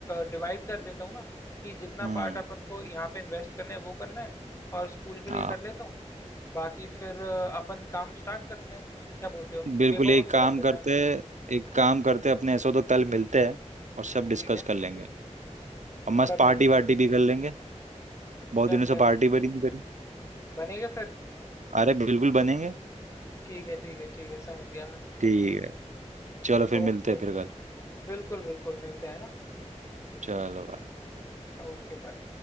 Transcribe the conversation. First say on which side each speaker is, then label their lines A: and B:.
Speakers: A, on the left; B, on the right.
A: डिवाइड कर देता हूँ ना कि जितना
B: हम्म
A: पार्ट अपन को यहाँ पे इन्वेस्ट करना है वो करना है और स्कूल के
B: हाँ
A: लिए कर लेता हूँ बाकी फिर अ, अपन काम स्टार्ट करते हैं क्या बोलते हो
B: बिल्कुल
A: पेपर
B: एक
A: वर्क
B: काम
A: कर लेते
B: करते
A: हैं
B: एक काम करते अपने ऐसा हो तो कल मिलते हैं और सब डिस्कस
A: ठीक है
B: कर लेंगे और मस्त
A: कर
B: पार्टी
A: लेंगे
B: वार्टी
A: डिस्कस।
B: भी कर लेंगे बहुत
A: Done
B: दिनों से
A: done
B: पार्टी बड़ी नहीं करी
A: बनेगा फिर
B: अरे बिल्कुल बनेंगे
A: ठीक है ठीक है ठीक है समझ गया मैं
B: ठीक है चलो फिर
A: ओके
B: मिलते हैं फिर कल
A: बिल्कुल बिल्कुल मिलते हैं ना
B: चलो बाय
A: Okay bye